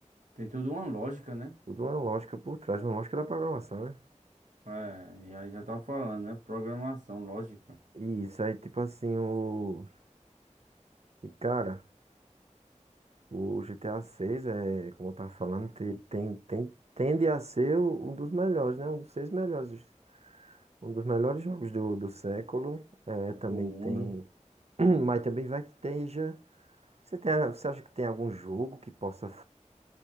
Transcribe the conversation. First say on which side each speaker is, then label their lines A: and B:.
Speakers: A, on the right; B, on the right.
A: Tem tudo uma lógica, né?
B: Tudo uma lógica por trás, uma lógica da programação, né?
A: É, e aí já tá falando, né? Programação, lógica
B: E isso aí, tipo assim, o. E cara, o GTA 6 é, como eu tava falando, te- tem, tem, tende a ser o- um dos melhores, né? Um dos seis melhores. Um dos melhores jogos do, do século. É, também
A: do mundo.
B: tem. <clears throat> Mas também vai que esteja. Você tem, a- você acha que tem algum jogo que possa. Eu